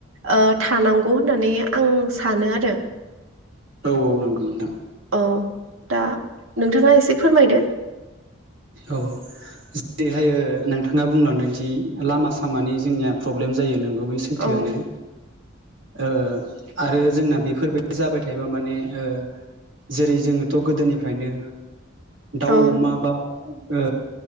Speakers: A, on the right; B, on the right.
A: ओ थानांगौ होननानै आं सानो आरो।
B: <inaudible> औ नांगौ नोंथां।
A: औ दा नोंथाङा एसे फोरमायदो
B: औ। जेरैहायो ओ नोंथाङा बुंलांदोंदि लामा सामानि जोंनिया प्रब्लेम जायो नोंगौ बे सैथोआनो
A: औ
B: ओ आरो जोंना बेफोरबायदि जाबाय थायोबा माने ओ जेरै जोङोथ' गोदोनिफ्रायनो दाउ
A: औ
B: अमा बा। ओ